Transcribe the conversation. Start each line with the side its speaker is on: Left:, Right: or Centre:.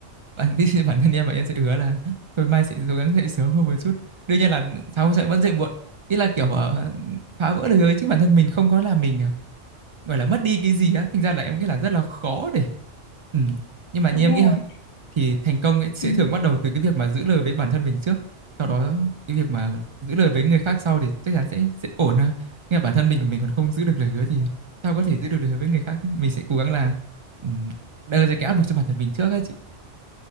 Right: bản <laughs> bản thân em và em sẽ hứa là thôi mai sẽ cố gắng dậy sớm hơn một chút đương nhiên là sáng sẽ vẫn dậy muộn ý là kiểu ờ, phá vỡ lời hứa với chính bản thân mình không có là mình ờ, gọi là mất đi cái gì á thành ra là em nghĩ là rất là khó để ừ. nhưng mà
Left: đúng
Right: như em
Left: rồi
Right: nghĩ ha thì thành công ấy sẽ
Left: ừ.
Right: thường bắt đầu từ cái việc mà giữ lời với bản thân mình trước sau đó cái việc mà giữ lời với người khác sau thì chắc chắn sẽ sẽ ổn à. nhưng mà bản thân mình của mình còn không giữ được lời hứa thì sao có thể giữ được lời hứa với người khác ấy. mình sẽ cố gắng là ừm, đưa ra cái áp lực cho bản thân mình trước ấy chị